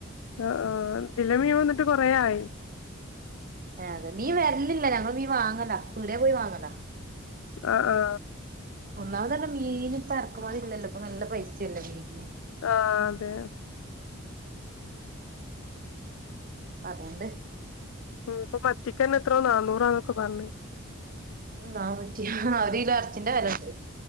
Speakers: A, on the left (about 80°); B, on the right (about 45°).
A: ആ ആ നല്ല മീൻ വന്നിട്ട് കൊറേ ആയി
B: ആ അതെ മീൻ വരലില്ലല്ലോ ഞങ്ങൾ മീൻ വാങ്ങലാ ദൂരെ പോയി വാങ്ങണം
A: ആ ആ
B: ഒന്നാമത് തന്നെ മീൻ ഇപ്പം ഇറക്കുമതി ഇല്ലല്ലോ ഇപ്പൊ നല്ല പൈസയല്ലേ മീൻ
A: ആ അതെ
B: അതുകൊണ്ട്
A: ഉം ഇപ്പൊ മത്തിക്കന്നെ എത്ര നാന്നൂറാന്നൊക്കെ പറഞ്ഞ്
B: നാന്നൂറ്റി ആ ഒരു കിലോ ഇറച്ചിന്റെ വിലയുണ്ട്